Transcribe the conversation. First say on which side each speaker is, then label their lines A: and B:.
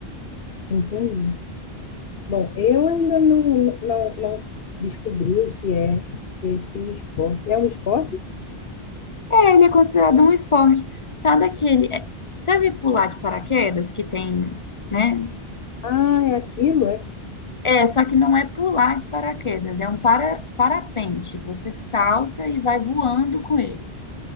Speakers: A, on the left (about 65°); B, on the left (about 40°).
A: Entende? Bom, eu ainda não, não, não descobri o que é esse esporte. É um esporte?
B: É, ele é considerado um esporte. Sabe aquele. é- sabe pular de paraquedas que tem, né?
A: Ah, é aquilo, é?
B: É, só que não é pular de paraquedas, é um para, parapente. Você salta e vai voando com ele.